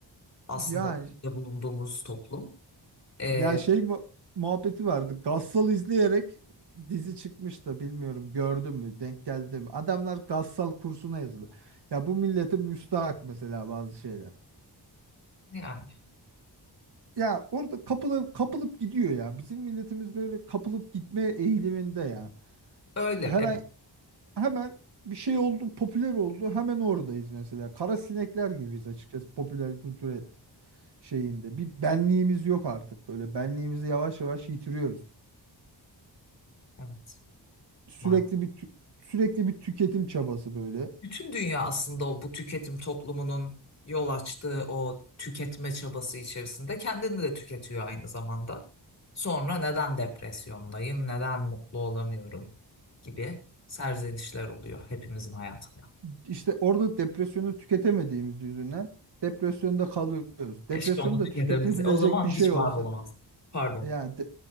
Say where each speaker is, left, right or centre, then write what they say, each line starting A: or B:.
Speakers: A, on the left; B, on the right.
A: aslında
B: Yani
A: içinde bulunduğumuz toplum. Ee,
B: ya şey mu- muhabbeti vardı. Gassal izleyerek dizi çıkmış da bilmiyorum gördün mü denk geldi mi? Adamlar Gassal kursuna yazıldı. Ya bu millete müstahak mesela bazı şeyler.
A: yani
B: ya orada kapılıp kapılıp gidiyor ya. Bizim milletimiz böyle kapılıp gitme eğiliminde ya.
A: öyle
B: Her
A: evet,
B: ay hemen bir şey oldu, popüler oldu. Hemen oradayız mesela. Kara sinekler gibiyiz açıkçası popüler kültüre şeyinde. Bir benliğimiz yok artık böyle. Benliğimizi yavaş yavaş yitiriyoruz.
A: evet
B: Sürekli
A: maalesef.
B: bir tü- sürekli bir tüketim çabası böyle.
A: Bütün dünya aslında o bu tüketim toplumunun yol açtığı o tüketme çabası içerisinde kendini de tüketiyor aynı zamanda. Sonra neden depresyondayım, neden mutlu olamıyorum gibi serzenişler oluyor hepimizin hayatında.
B: İşte orada depresyonu tüketemediğimiz yüzünden depresyonda kalıyoruz. Depresyonda
A: Keşke onu tüketebilse.
B: tüketebilecek
A: O zaman
B: bir şey
A: hiç
B: olsa
A: var olamaz. Pardon.
B: Yani de-